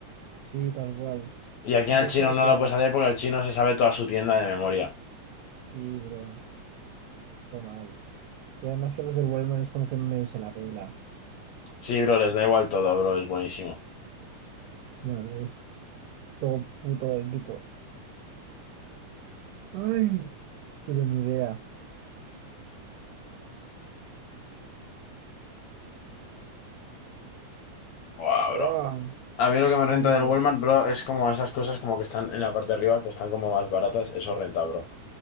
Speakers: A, on the right; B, on the left.
A: Sí, tal cual.
B: Y aquí
A: Y
B: en
A: que
B: el
A: es
B: chino
A: como
B: no
A: que,
B: lo puedes hacer porque el chino se sabe toda su tienda de memoria.
A: sí, bro, fue mal. Y además que los del Walmart es como que medio se la pela,
B: Sí, bro, les da igual todo, bro. Es buenísimo.
A: ya ves, todo puto épico. Ay, pero ni idea.
B: Buah,
A: Ah,
B: bro. A mí lo que
A: sí,
B: me renta
A: ya
B: del
A: ves.
B: Walmart, bro, es como esas cosas como que están en la parte de arriba, que están como más baratas. Eso renta, bro.